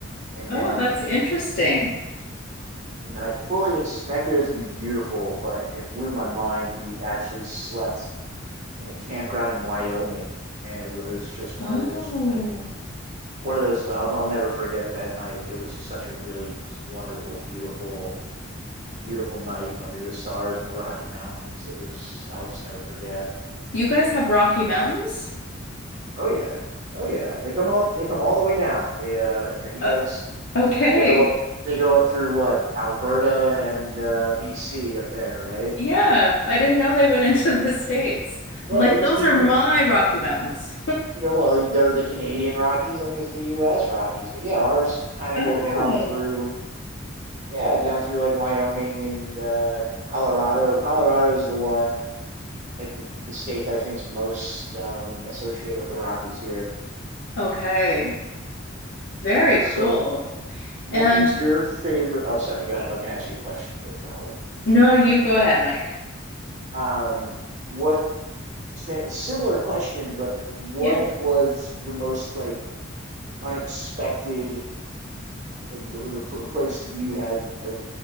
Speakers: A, on the right (about 35°); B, on the left (about 60°).
A: And
B: Oh,
A: then
B: that's interesting.
A: and then I fully expected it to be beautiful, but it blew my mind. We actually slept in a campground in Wyoming, and it was just one
B: Oh.
A: of those like one of those I'll, I'll never forget that night. It was just such a really just wonderful, beautiful, beautiful night under the stars in the Rocky Mountains. It was I'll just never forget.
B: You guys have Rocky Mountains?
A: Oh yeah, oh yeah. They come all they come all the way now. They uh you know you
B: Uh,
A: guys,
B: okay.
A: but they go up they go up through what Alberta and uh, BC up there, right?
B: Yeah, I didn't know they went <laughs> into the States.
A: No,
B: I'm like,
A: they just
B: those
A: keep
B: are <laughs> my
A: c-
B: Rocky Mountains.
A: Well, well, there's the Canadian Rockies and there's the U.S. Rockies, but yeah, ours kind
B: Oh,
A: of go down through, yeah, down through like Wyoming and uh, Colorado. Colorado is the one, like the, the state that I think's most um, associated with the Rockies here.
B: okay. Very
A: So,
B: cool.
A: what
B: And
A: was your favorite? Oh, sorry, go ahead. I can ask you a question, but go
B: no, you go ahead, Mike.
A: ahead. Um, what sa- similar question, but what
B: Yeah.
A: was the most like unexpected? like the, the place that you had like